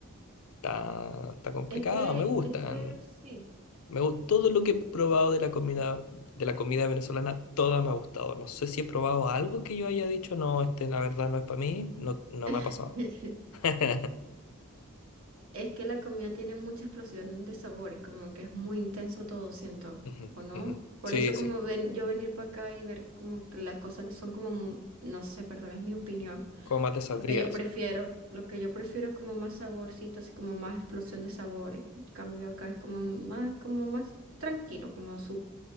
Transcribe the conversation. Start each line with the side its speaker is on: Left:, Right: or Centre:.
Left: está, está complicado,
Right: Es que,
Left: me gustan,
Right: es que sí.
Left: me gusta todo lo que he probado de la comida, de la comida venezolana, toda me ha gustado, no sé si he probado algo que yo haya dicho, no, este la verdad no es para mí, no, no
Right: <laughs>
Left: me ha pasado. <laughs>
Right: Es que la comida tiene mucha explosión de sabores, como que es muy intenso todo, siento,
Left: Ujú,
Right: ¿o no?
Left: ujú.
Right: Por
Left: Sí,
Right: eso como
Left: sí,
Right: ven, yo venir para acá y ver como que las cosas son como, mu- no sé, perdón, es mi opinión
Left: como más te sabría
Right: Lo que yo
Left: decir,
Right: prefiero, lo que yo prefiero es como más saborcito, así como más explosión de sabores. En cambio acá es como más, como más tranquilo, como su